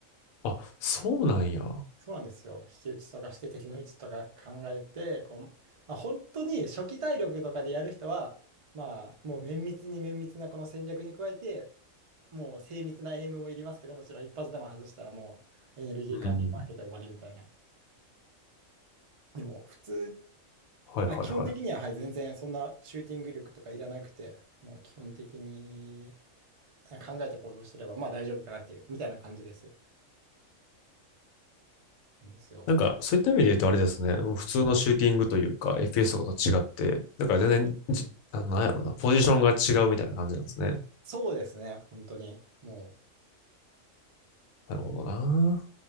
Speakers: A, on the left; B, on the right.
A: あ、そうなんや。
B: そうなんですよ。引き打ちとかして敵の位置とか考えて、こう、まあ、本当に初期体力とかでやる人は、まあもう綿密に綿密なこの戦略に加えて、もう精密なエイムもいりますけど、もちろん一発でも外したらもうエネルギー管理負けて終わりみたいな。
A: うん。
B: でも普通
A: はいはいはい。
B: まあ、基本的には、はい、全然そんなシューティング力とかいらなくて、もう基本的に考えて行動してれば、まあ大丈夫かなっていう、みたいな感じです。なんですよ。
A: なんかそういった意味で言うとあれですね。普通のシューティングというか FPS とかと違って、なんか全然じ、ななんやろな。ポジションが違うみたいな感じなんですね。
B: そうですね、本当に。もう、
A: なるほどな。